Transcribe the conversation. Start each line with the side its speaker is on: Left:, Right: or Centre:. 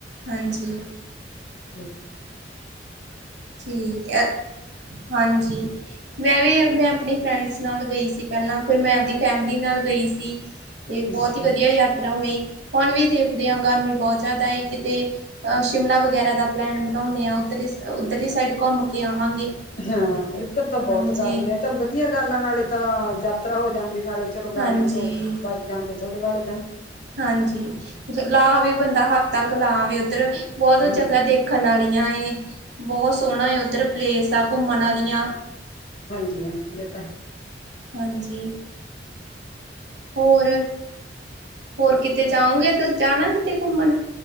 Right: ਹਾਂਜੀ
Left: ਹੂੰ
Right: ਠੀਕ ਹੈ ਹਾਂਜੀ ਮੈਂ ਵੀ ਮੈਂ ਆਪਣੀ ਫਰੈਂਡਸ ਨਾਲ ਗਈ ਸੀ ਪਹਿਲਾਂ ਫਿਰ ਮੈਂ ਆਪਦੀ ਫੈਮਿਲੀ ਨਾਲ ਗਈ ਸੀ। ਤੇ
Left: ਅੱਛਾ
Right: ਬਹੁਤ ਹੀ ਵਧੀਆ ਯਾਤਰਾ ਹੋਈ। ਹੁਣ ਵੀ ਦੇਖਦੇ ਹਾਂ ਗਰਮੀ ਬਹੁਤ ਜ਼ਿਆਦਾ ਕਿਤੇ ਅ ਸ਼ਿਮਲਾ ਵਗੈਰਾ ਦਾ ਪਲੈਨ ਬਣਾਉਣੇ ਆ। ਉਧ ਉੱਧਰਲੀ ਸਾਈਡ ਘੁੰਮ ਕੇ ਆਵਾਂਗੇ।
Left: ਹਾਂ ਇੱਧਰ ਤਾਂ ਬਹੁਤ
Right: ਹਾਂਜੀ,
Left: ਗਰਮੀ ਆ ਚੱਲ ਵਧੀਆ ਗੱਲ ਆ ਨਾਲੇ ਤਾਂ ਯਾਤਰਾ ਹੋ ਜਾਣ ਨਾਲੇ ਚਲੋ ਗਰਮੀ
Right: ਹਾਂਜੀ,
Left: ਤੋਂ ਬਚ ਜਾਂਦੇ ਥੋੜੇ ਵਾਲੇ ਤਾਂਨ।
Right: ਹਾਂਜੀ ਲਾਵੇ ਬੰਦਾ ਹੱਕ ਤੱਕ ਲਾਵੇ ਉੱਧਰ ਬਹੁਤ
Left: ਹਾਂ
Right: ਜਗ੍ਹਾ ਦੇਖਣ ਵਾਲੀਆਂ ਬਹੁਤ ਸੋਹਣਾ ਉੱਧਰ ਪਲੇਸ ਆ ਘੁੰਮਣ ਵਾਲੀਆਂ
Left: ਹਾਂਜੀ ਹਾਂਜੀ ਇਹ ਤਾਂ
Right: ਹਾਂਜੀ। ਹੋਰ ਹੋਰ ਕਿਤੇ ਜਾਉਗੇ ਜਾਣਾ ਕਿਤੇ ਘੁੰਮਣ?